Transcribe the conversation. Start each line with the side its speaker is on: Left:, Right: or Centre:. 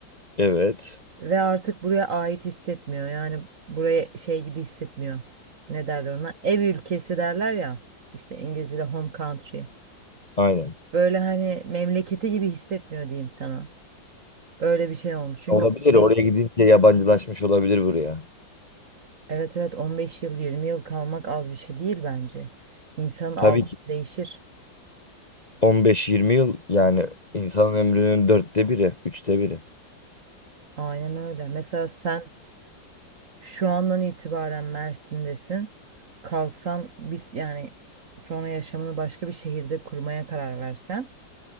Left: Evet.
Right: ve artık buraya ait hissetmiyor. Yani buraya şey gibi hissetmiyor. Ne derler ona? Ev ülkesi derler ya. İşte İngilizce'de home country.
Left: Aynen.
Right: Böyle hani memleketi gibi hissetmiyor diyeyim sana. Öyle bir şey olmuş. Çünkü
Left: Olabilir.
Right: 15,
Left: Oraya gidince yabancılaşmış olabilir buraya.
Right: evet evet 15 yıl 20 yıl kalmak az bir şey değil bence. İnsanın algısı
Left: Tabii ki
Right: değişir.
Left: 15-20 yıl yani insanın ömrünün dörtte biri, üçte biri.
Right: Aynen öyle. Mesela sen şu andan itibaren Mersin'desin. Kalksan biz yani sonra yaşamını başka bir şehirde kurmaya karar versen